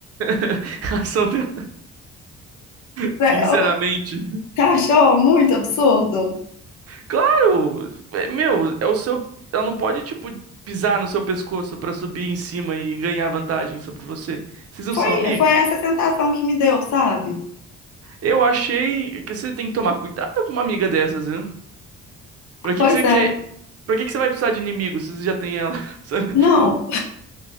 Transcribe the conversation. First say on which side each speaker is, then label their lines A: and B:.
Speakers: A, on the right (about 50°); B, on the left (about 70°).
A: <laughs> A ação dela, sinceramente.
B: É, eu- Você achou muito absurdo?
A: Claro, é- meu, é o seu. Ela não pode, tipo, pisar no seu pescoço pra subir em cima e ganhar vantagem sobre você. Vocês não
B: Foi,
A: são amigas.
B: foi essa sensação que me deu, sabe?
A: Eu achei que você tem que tomar cuidado com uma amiga dessas, viu? Pra que
B: Pois
A: que você quer.
B: é.
A: Pra que que você vai precisar de inimigo se você já tem ela? <laughs> sabe?
B: Não,